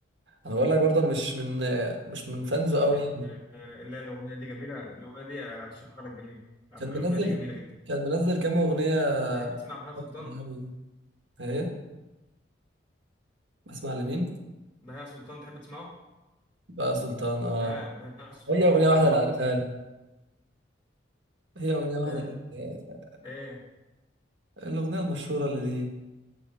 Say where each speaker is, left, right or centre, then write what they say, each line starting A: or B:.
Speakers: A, on the right; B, on the left.
A: انا بقول لك برضه انا مش من مش من فانزو قوي
B: آه،
A: يعني
B: آه، لا الاغنيه دي جميله الاغنيه دي ارشحها لك جميله الاغنيه
A: كان منزل
B: دي جميله جدا
A: كان منزل كام اغنيه
B: تحب تسمع بهاء سلطان
A: حزن قوي ايه بسمع لمين
B: بهاء سلطان تحب تسمعه
A: بقى سلطان اه
B: بهاء بهاء سلطان
A: هي اغنيه واحده اللي عارفها لي هي اغنيه واحده
B: آه،
A: اللي-
B: ايه
A: الاغنيه المشهوره اللي ليه